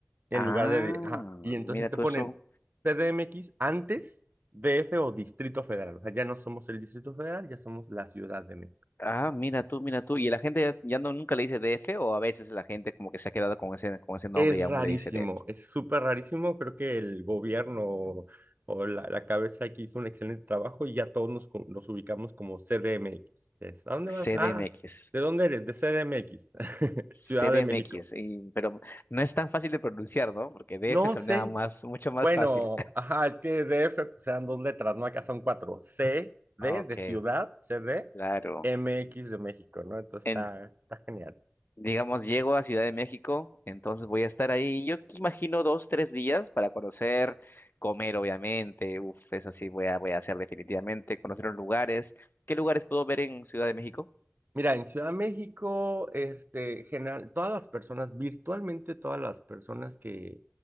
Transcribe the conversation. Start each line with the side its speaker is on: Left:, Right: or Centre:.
Right: en
Left: ah,
Right: lugar de, ajá, y entonces
Left: mira
Right: te
Left: tú
Right: ponen
Left: eso,
Right: CDMX antes DF o Distrito Federal. O sea, ya no somos el Distrito Federal, ya somos la Ciudad de México.
Left: ah, mira tú, mira tú. Y la gente ya, ya no nunca le dice DF o a veces la gente como que se ha quedado con ese, con ese nombre
Right: Es
Left: y aún
Right: rarísimo,
Left: le dice DF.
Right: es súper rarísimo. Creo que el gobierno o la, la cabeza aquí hizo un excelente trabajo y ya todos nos, co- nos ubicamos como CDMX. Es, ¿A dónde
Left: CDMX.
Right: vas? Ah, ¿de dónde eres? De CDMX,
Left: s-
Right: <laughs>
Left: CDMX,
Right: Ciudad de México.
Left: y- pero no es tan fácil de pronunciar, ¿no? Porque DF
Right: No
Left: sonaba
Right: sé.
Left: más, mucho más
Right: Bueno,
Left: fácil.
Right: ajá, es que DF pues eran dos letras, ¿no? Acá son cuatro. C, D
Left: Ok,
Right: de ciudad, C D,
Left: claro.
Right: M X de México, ¿no? Entonces
Left: En,
Right: está, está genial.
Left: digamos, llego a Ciudad de México, entonces voy a estar ahí. Yo que imagino dos, tres días para conocer, comer, obviamente. Uf, eso sí, voy a, voy a hacer definitivamente, conocer los lugares. ¿Qué lugares puedo ver en Ciudad de México?
Right: Mira, en Ciudad de México, este, general, todas las personas, virtualmente todas las personas que,